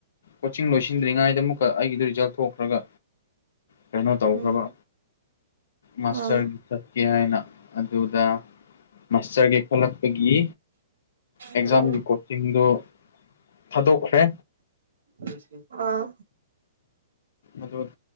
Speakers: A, on the left; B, on the right.
A: ꯀꯣꯆꯤꯡ ꯂꯣꯏꯁꯤꯟꯗ꯭ꯔꯤꯉꯩꯗ ꯑꯃꯨꯛꯀ ꯑꯩꯒꯤꯗꯨꯣ ꯔꯤꯖꯜ ꯊꯣꯛꯈ꯭ꯔꯒ ꯀꯩꯅꯣ ꯇꯧꯈ꯭ꯔꯕ
B: ꯎꯝ
A: ꯃꯥꯁꯇꯔꯒꯤ
B: ꯑꯥ
A: ꯆꯠꯀꯦ ꯍꯥꯏꯅ ꯑꯗꯨꯗ ꯃꯥꯁꯇꯔꯒꯤ ꯈꯜꯂꯛꯄꯒꯤ ꯑꯦꯛꯖꯥꯝꯒꯤ
B: ꯎꯝ
A: ꯀꯣꯔ ꯉꯤꯡꯗ ꯊꯥꯗꯣꯛꯈ꯭ꯔꯦ
B: <unintelligible> ꯑꯥ꯫
A: ꯑꯗꯣꯠ